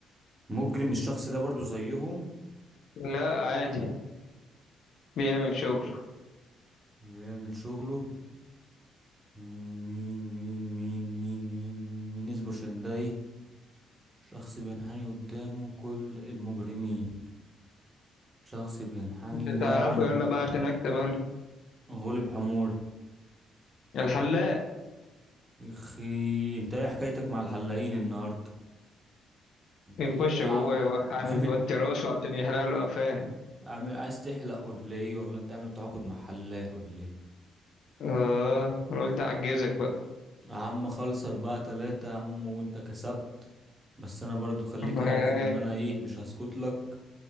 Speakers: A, on the right (about 25°); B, on the left (about 70°).
A: مجرم الشخص ده برضو زيهم
B: لا عادي بيعمل شغله
A: بيعمل شغله مم، مين مين مين مين مين مين مين اصبر عشان ده ايه شخص بينحني قدامه كل المجرمين شخص بينحني
B: انت
A: لا
B: تعرفه
A: يا عم
B: يلا بقى عشان اكتب انا
A: غلب حموري
B: الحلاق
A: يخي انت ايه حكايتك مع الحلاقين النهارده انت
B: يخش
A: ايه يا عم
B: جوه يوحني
A: عامل
B: يوطي راسه عشان يحلق له قفاه
A: عامل عايز تحلق ولا ايه ولا انت عامل تعاقد مع حلاق ولا ايه
B: اه انا قلت اعجزك بقى
A: يا عم خلص أربعة تلاتة يا عم وأنت كسبت بس أنا برضو خليك
B: <laughs>
A: عارف إن أنا إيه مش هسكت لك